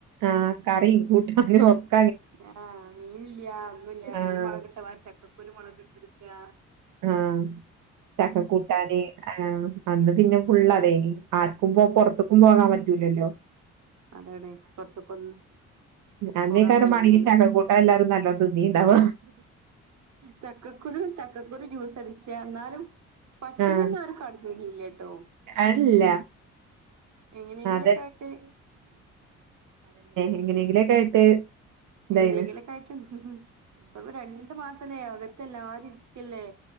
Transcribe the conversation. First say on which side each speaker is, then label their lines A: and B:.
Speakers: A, on the right (about 85°); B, on the right (about 65°).
A: ആഹ് കറി കൂട്ടനൊക്കെ
B: ആഹ് മീൻ ഇല്ല ഒന്നുംല്ല
A: ആഹ്
B: മീൻ മുളകിട്ടമാ ചക്കക്കൊരു മുളക കിട്ട ക്കുവാ
A: ആ ചക്കക്കൂട്ടാന് ആ അന്ന് പിന്നെ ഫുള്ളതേ ആർക്കും പോ പുറത്തക്കും പോകാൻ പറ്റൂലല്ലോ
B: അതവിടെ പൊറത്ത്ക്കൊന്നും
A: അന്നേക്കാരമാണങ്കി
B: പോകാൻ കഴിയൂലല്ലോ
A: ഈ ചക്ക കൂട്ടാന്എല്ലാരും നല്ലോ തിന്നീണ്ടവ
B: ചക്കക്കുരു ചക്കക്കുരു ജ്യൂസ് അടിച്ച എന്നാലും പട്ടിണിനാരും
A: ആഹ്
B: കടക്കണ്ടില്ലട്ടോ
A: അല്ല
B: എങ്ങനെയെങ്കിലൊക്കെ
A: അതെ
B: ആയിട്ട്
A: എങ്ങനെങ്കിലുമൊക്കെ ആയിട്ട് ഇതായിണ്
B: എന്തെങ്കിലൊക്കെ ആയിട്ടു ഉം രണ്ടു മാസലേ അകത്തെല്ലാരും ഇരിക്കല്ലേ